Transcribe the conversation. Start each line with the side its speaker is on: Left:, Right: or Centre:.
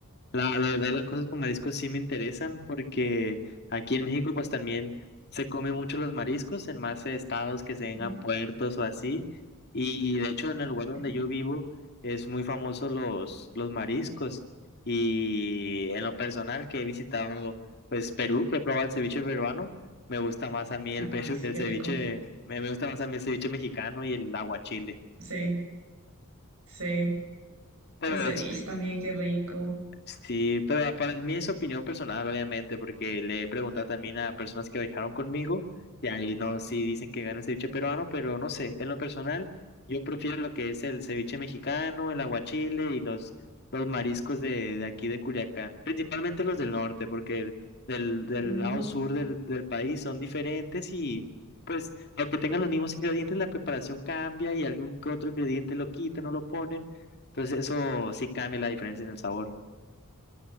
Left: La, la verdad, las cosas con mariscos sí me interesan porque aquí en México pues también se come mucho los mariscos en más estados que tengan
Right: Ujú,
Left: puertos o así. Y de hecho en el lugar donde
Right: sí.
Left: yo vivo es muy famoso los, los mariscos. Y en lo personal que he visitado pues Perú, que he probado el ceviche peruano, me gusta más a mí el,
Right: Ay,
Left: peru-
Right: sí,
Left: el
Right: qué
Left: ceviche,
Right: rico.
Left: me me gusta más a mí el ceviche mexicano y el aguachile.
Right: Sí, sí.
Left: Pero
Right: El ceviche
Left: es,
Right: también, qué rico.
Left: Sí, pero para mí es opinión personal, obviamente, porque le he preguntado también a personas que viajaron conmigo y ahí no, sí dicen que gana el ceviche peruano, pero no sé, en lo personal yo prefiero lo que es el ceviche mexicano, el aguachile y los, los mariscos de, de aquí de Culiacán, principalmente los del norte, porque del, del
Right: Mm,
Left: lado sur del, del país son diferentes y pues aunque tengan los mismos ingredientes, la preparación cambia y algún que otro ingrediente lo quitan o lo ponen, entonces eso sí cambia la diferencia en el sabor.